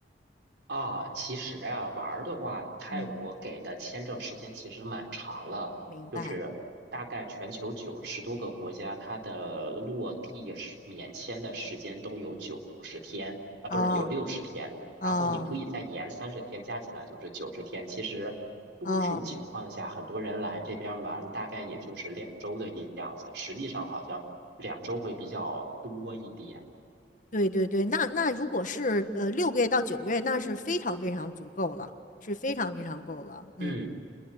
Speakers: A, on the right; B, on the left.
A: 啊，其实呀，玩儿的话，泰国给的签证时间其实蛮长了，
B: 嗯，明白。
A: 就是大概全球九十多个国家，它的落地是免签的时间都有九十天啊，
B: 哦。
A: 不是有六十天，
B: 哦
A: 然后你可以再延三十天，加起来就是九十天。其实多数情况下，
B: 哦，
A: 很多人来这边玩，大概也就是两周的样子，实际上好像两周会比较多一点。
B: 对对对，那那如果是呃六个月到九个月，那是非常非常足够了，是非常非常够了。嗯
A: 嗯。